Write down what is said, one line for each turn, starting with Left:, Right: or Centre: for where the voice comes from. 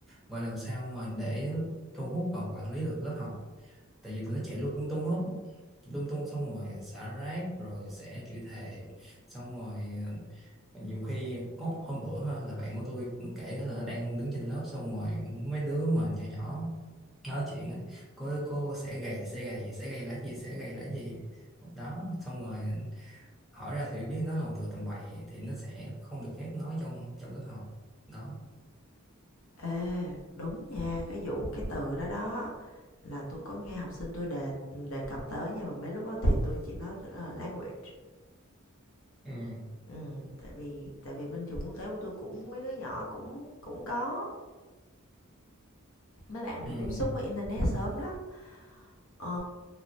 Centre: và làm sao mà để thu hút và quản lý được lớp học tại vì tụi nó chạy lung tung hết lung tung xong rồi xả rác rồi sẽ chửi thề xong rồi ờ, nhiều khi có hôm bữa ha, là bạn của tôi kể là nó đang đứng trên lớp xong rồi mấy đứa mà nhỏ nhỏ nói chuyện á, cô ơi, cô sẽ gầy sẽ gầy sẽ gầy là gì sẽ gầy là gì đó xong rồi hỏi ra thì mới biết nó là một từ tầm bậy thì nó sẽ không được phép nói trong trong lớp học đó
Left: Ê, đúng nha, cái vụ cái từ đó đó là tôi có nghe học sinh tôi đề đề cập tới nhưng mà mấy lúc đó thì tôi chỉ nói tôi nói là language.
Centre: ừ
Left: Ừ, tại vì tại vì bên trường quốc tế của tôi cũng mấy đứa nhỏ cũng cũng có mấy bạn
Centre: ừ.
Left: được tiếp xúc với internet sớm lắm. Ờ,